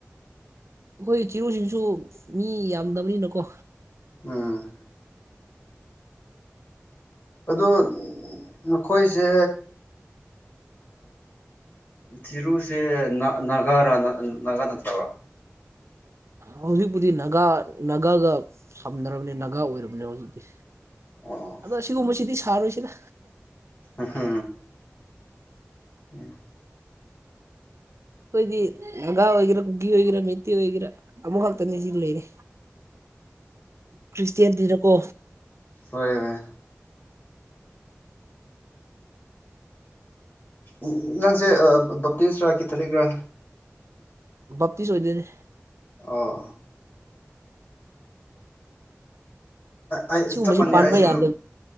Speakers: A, on the right (about 70°); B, on the left (about 45°).
A: ꯑꯩꯈꯣꯏ ꯆꯤꯔꯨꯁꯤꯡꯁꯨ ꯃꯤ ꯌꯥꯝꯗꯕꯅꯤꯅꯀꯣ
B: ꯎꯝ ꯑꯗꯨ ꯅꯈꯣꯏꯁꯦ ꯆꯤꯔꯨꯁꯦ ꯅꯥꯒꯥꯔꯥ ꯅꯥꯒꯥ ꯅꯠꯇ꯭ꯔꯕ꯭ꯔ
A: ꯍꯧꯖꯤꯛꯄꯨꯗꯤ ꯅꯥꯒꯥ ꯅꯥꯒꯥꯒ ꯁꯝꯅꯔꯕꯅꯤ ꯅꯥꯒꯥ ꯑꯣꯏꯔꯕꯅꯦ ꯍꯧꯖꯤꯛꯇꯤ
B: ꯑꯣ
A: ꯑꯗꯣ ꯑꯁꯤꯒꯨꯝꯕꯁꯤꯗꯤ ꯁꯥꯔꯣꯏꯁꯤꯅ
B: ꯑꯨ ꯌꯨ ꯎꯝ
A: ꯑꯩꯈꯣꯏꯗꯤ ꯒꯥ ꯑꯣꯏꯒꯦꯔ ꯃꯨꯒꯤ ꯑꯣꯏꯒꯦꯔꯥ ꯃꯩꯠꯇꯤ ꯑꯣꯏꯒꯦꯔꯥ ꯑꯃꯨꯛ ꯈꯛꯇꯅꯤ ꯁꯤ ꯂꯩꯔꯦ ꯈ꯭ꯔꯤꯁꯇꯌꯥꯟꯇꯔ ꯀꯣ
B: ꯍꯣꯏ ꯍꯣꯏ ꯎ ꯎ ꯅꯪꯁꯦ ꯕꯞꯇꯤꯁꯔꯥ ꯀꯤꯊꯂꯤꯒ꯭ꯔꯥ
A: ꯕꯞꯇꯤꯁ ꯑꯣꯏꯗꯧꯅꯦ
B: ꯑꯣ ꯑꯩ
A: ꯁꯤꯒꯨꯝꯕꯁ
B: ꯆꯞ ꯃꯥꯟꯅꯩ
A: ꯄꯥꯟꯕ
B: ꯑꯩꯁꯨ
A: ꯌꯥꯗꯕ